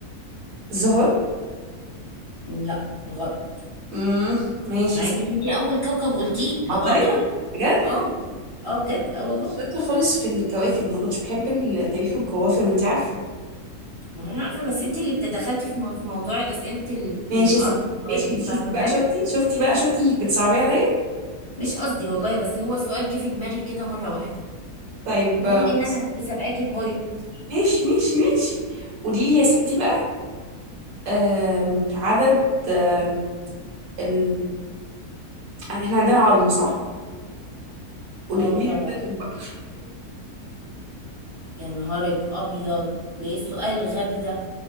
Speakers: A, on the right; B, on the left.
A: الزهرة
B: لا غلط
A: امم ماشي
B: مع
A: يا ستي
B: انك انت اول كوكب قلتيه اللي
A: عطارد
B: هو عطارد
A: بجد
B: اه اه بجد اه والله
A: مش شاطره خالص في الكواكب ما كنتش بحب التاريخ والجغرافيا ما انت عارفه
B: ما هو انا عارفه بس انت اللي بتدخلتي في مو- في موضوع اسئله ال- الارض
A: ماشي يا ستي
B: والكواكب
A: ماشي شفتي
B: فاهمه
A: بقى
B: ازاي
A: شفتي شفتي بقى شفتي انك بتصعبي عليا
B: مش قصدي والله بس هو السؤال جه في دماغي كده مره واحده
A: طيب
B: المهم
A: آه،
B: ان
A: بصي
B: انا كسبقاكي بوينت
A: ماشي ماشي ماشي قولي لي يا ستي بقى آم، عدد آم، ال احنا عندنا عظم صح؟ قولي
B: اه
A: لي
B: طبعا
A: عددهم بقى
B: يا نهارك ابيض ليه السؤال الغبي ده